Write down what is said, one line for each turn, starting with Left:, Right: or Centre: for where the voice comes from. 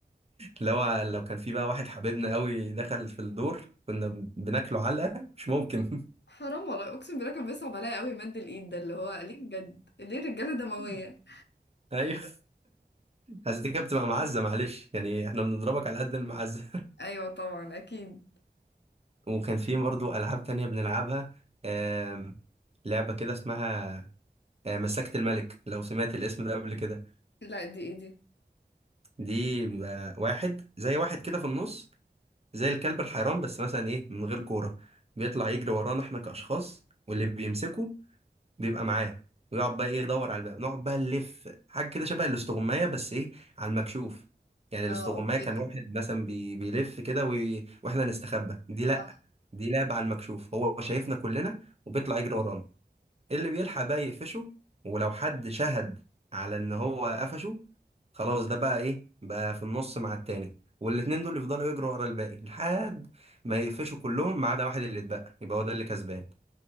Right: لو لو كان في بقى واحد حبيبنا قوي دخل في الدور كنا بناكله علقة مش ممكن
Left: حرام والله اقسم بالله كان بيصعب عليا قوي مد الايد ده اللي هو ليه بجد ليه الرجالة دموية
Right: <laughs> ايوه بس دي كانت بتبقى معزه معلش يعني احنا بنضربك على قد المعزه
Left: ايوه طبعا اكيد
Right: <laughs> وكان في برضو العاب تانية بنلعبها آم، لعبه كده اسمها آه، مسكت الملك لو سمعت الاسم ده قبل كده
Left: لا دي ايه دي
Right: دي بيبقى واحد زي واحد كده في النص زي الكلب الحيران بس مثلا ايه من غير كوره بيطلع يجري ورانا احنا كاشخاص واللي بيمسكه بيبقى معاه ويقعد بقى ايه يدور على الباقي نقعد بقى نلف حاجه كده شبه الاستغمايه بس ايه على المكشوف يعني
Left: اه
Right: الاستغمايه
Left: اوكي
Right: كان واحد مثلا بي... بيلف كده وي... واحنا نستخبى دي لا
Left: صح
Right: دي لعبه على المكشوف هو شايفنا كلنا وبيطلع يجري ورانا إيه اللي بيلحق بقى يقفشه ولو حد شهد على ان هو قفشه خلاص ده بقى ايه بقى في النص مع التاني والاتنين دول يفضلوا يجروا ورا الباقي لحد ما يقفشوا كلهم ما عدا واحد اللي اتبقى يبقى هو ده اللي كسبان